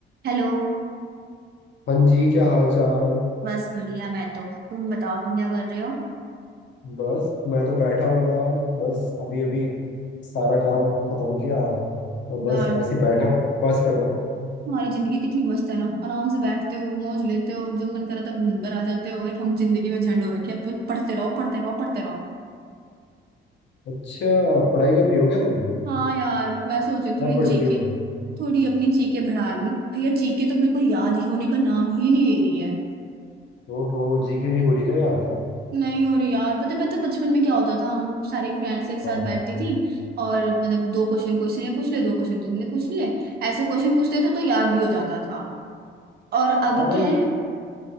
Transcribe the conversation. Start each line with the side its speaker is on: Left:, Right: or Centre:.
Right: हेलो
Left: हाँ जी क्या हाल चाल
Right: बस बढ़िया मैं तो तुम बताओ तुम क्या कर रहे हो
Left: बस मैं तो बैठा हूँ यार बस अभी अभी सारा काम खत्म किया और बस
Right: यार
Left: ऐसे ही बैठा हूँ बस कर रहा हूँ
Right: तुम्हारी जिंदगी कितनी मस्त है ना आराम से बैठते हो मौज लेते हो जब मन करा तब घूम कर आ जाते हो एक हम जिंदगी में झंड हो रखे हैं प- पढ़ते रहो पढ़ते रहो पढ़ते रहो
Left: अच्छा पढ़ाई कर रही हो क्या तुम
Right: हाँ यार मैं सोच रही हूँ
Left: क्या
Right: थोड़ी
Left: पढ़
Right: जीके
Left: रही हो
Right: थोड़ी अपनी जीके बढ़ा लूँ भैया जीके तो मेरे को याद ही होने का नाम ही नहीं ले रही है
Left: ओहो जी के नहीं हो रही क्या याद
Right: नहीं हो रही यार पता पता बचपन में क्या होता था हम सारी फ्रेंड्स एक साथ
Left: हाँ
Right: बैठती थी और मतलब दो क्वेश्चन क्वेश्चन ने पूछ ले दो क्वेश्चन तुमने पूछ ले ऐसे क्वेश्चन पूछते थे तो याद भी हो जाता था और अब
Left: हाँ
Right: क्या
Left: ये
Right: है